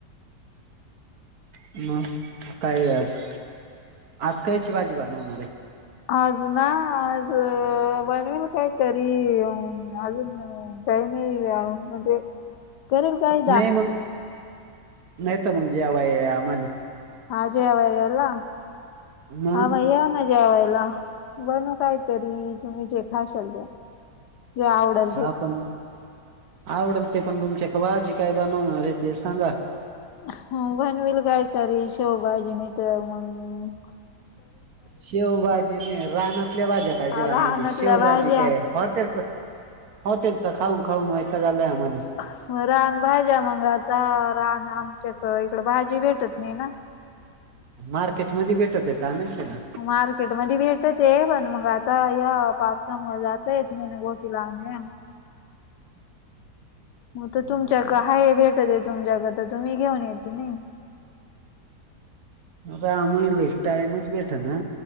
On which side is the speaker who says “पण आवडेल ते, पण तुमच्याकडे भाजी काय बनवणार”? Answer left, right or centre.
Right